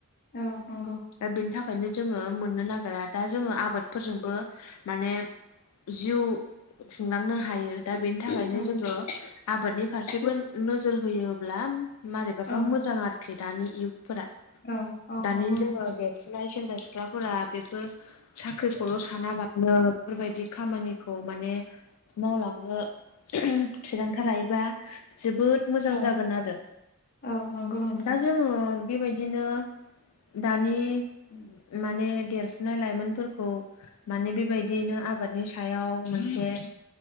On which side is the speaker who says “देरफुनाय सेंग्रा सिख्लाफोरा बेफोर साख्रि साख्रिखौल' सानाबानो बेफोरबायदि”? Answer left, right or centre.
Left